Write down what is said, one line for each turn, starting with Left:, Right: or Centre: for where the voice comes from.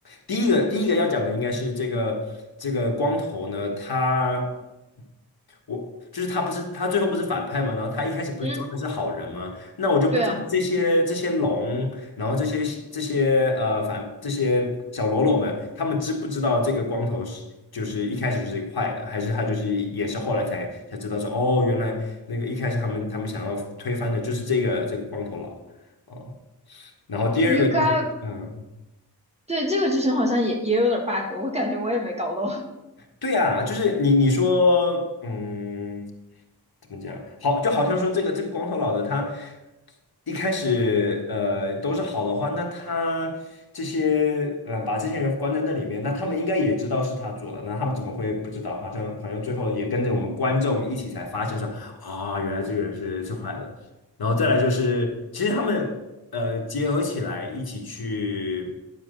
Left: 第一个第一个要讲的应该是这个这个光头呢，他我就是他不是他最后不是反派嘛，然后他一开始不是装的是好人吗？
Right: 嗯，
Left: 那我就不知道这些这些龙，
Right: 对啊，
Left: 然后这些这些呃反这些小喽啰们，他们知不知道这个光头是就是一开始就是一个坏的，还是他就是也是后来才才知道说哦，原来那个一开始他们他们想要推翻的就是这个这个光头佬。哦，然后第二个就是，
Right: 你应该
Left: 嗯，
Right: 对这个剧情好像也也有点 bug，我感觉我也没搞懂。<laughs>
Left: 对呀，就是你你说，嗯。怎么讲？好，就好像说这个这个光头佬的他一开始呃都是好的话，那他这些呃把这些人关在那里面，那他们应该也知道是他做的，那他们怎么会不知道？好像好像最后也跟着我们观众一起才发现说啊、原来这个人是是坏的。然后再来就是，其实他们呃结合起来一起去